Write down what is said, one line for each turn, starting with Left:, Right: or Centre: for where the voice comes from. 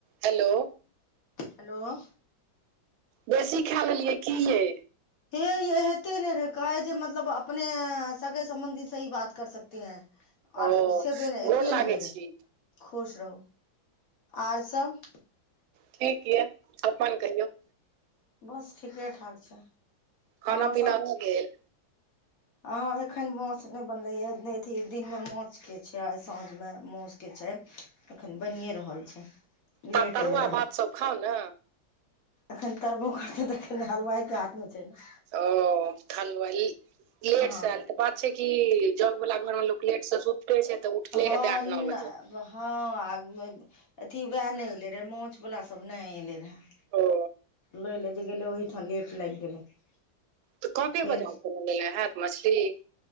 Right: Hello
Left: hello
Right: बेसी खा लेलियै की ये
Left: हे ये कहते ने रहे कै जे मतलब अपने सगे सम्बंधी सही बात कर सकते हैं आर
Right: ओ
Left: सेब नहि
Right: गोर
Left: अथिए
Right: लागै
Left: नहि होय रह
Right: छी
Left: खुश रहू आर सब
Right: ठीक ये अपन कहियौ
Left: बस ठीके ठाक छै अहाँ
Right: खाना पीना भ गेल
Left: हँ एखन माउस नहि बनलैए नहि अथि दिनमे माछके छै साँझमे माउस के छै एखन बनिए रहल छै
Right: त
Left: लेट
Right: तरुआ
Left: एयलै रह हम
Right: भात सब खाउ ने
Left: एखन तरबो करतै तखन हलवाइ के हाथ मे छै ने
Right: ओ हलुवाई एहो
Left: हँ
Right: एक साल के बात छै कि जग वला घर मे लोक लेट से सुते छै त उठले
Left: हँ
Right: हेतै आठ नओ बजे
Left: हँ अथी वएह नहि अएलै रहए मोछवला सब नहि अयलै रहए
Right: ओ
Left: लहि ले जे गेल ओहि ठाम लेट लागि गेलै आ
Right: त काँपे
Left: फेर
Right: बजार सँ ने लेने हैत मछली